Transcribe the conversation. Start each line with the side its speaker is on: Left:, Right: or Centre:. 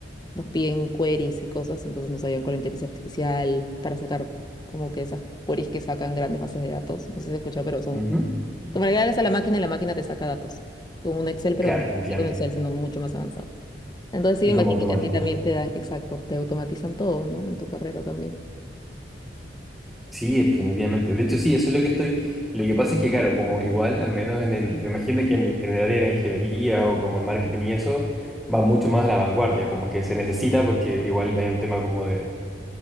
Left: nos piden queries y cosas, entonces nos ayudan con la inteligencia artificial para sacar como que esas queries que sacan grandes bases de datos. No sé si se escuchado, pero son
Centre: Ujú.
Left: como le das a la máquina y la máquina te saca datos. Como un Excel, pero
Centre: Claro,
Left: no es
Centre: entiendo.
Left: un Excel, sino mucho más avanzado. Entonces sí,
Centre: Y
Left: me
Centre: como
Left: imagino
Centre: automático.
Left: que a ti también te dan, exacto, te automatizan todo, ¿no? En tu carrera también.
Centre: Sí, definitivamente. De hecho, sí, eso es lo que estoy. Lo que pasa es que, claro, como igual, al menos en el, me imagino que en el, en el área de la ingeniería o como el marketing y eso, va mucho más a la vanguardia, como que se necesita porque igual hay un tema como de,